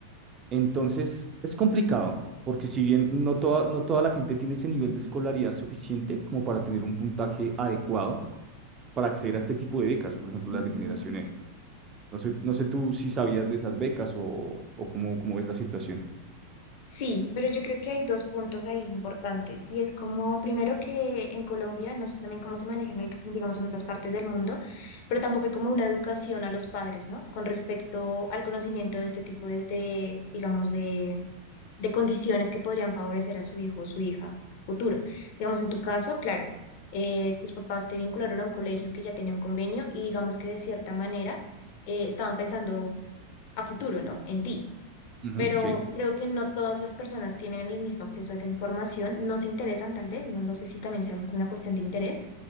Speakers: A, on the right; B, on the left.
A: Entonces, es complicado. Porque si bien no toda, no toda la gente tiene ese nivel de escolaridad suficiente como para tener un puntaje adecuado para acceder a este tipo de becas, por ejemplo,
B: ujú.
A: las de Generación E. No sé, no sé tú si sabías de esas becas o, o cómo, cómo ves la situación.
B: Sí, pero yo creo que hay dos puntos ahí importantes y es como, primero que en Colombia, no sé también cómo se maneja en el- digamos, en otras partes del mundo, pero tampoco hay como una educación a los padres, ¿no? Con respecto al conocimiento de este tipo de, de, digamos, de, de condiciones que podrían favorecer a su hijo o su hija futuro. Digamos, en tu caso, claro, eh, tus papás te vincularon a un colegio que ya tenía un convenio y digamos que de cierta manera eh, estaban pensando a futuro, ¿no? En ti
A: Ujú,
B: pero
A: sí.
B: creo que no todas las personas tienen el mismo acceso a esa información, no se interesan tal vez, no lo sé si también sea una cuestión de interés,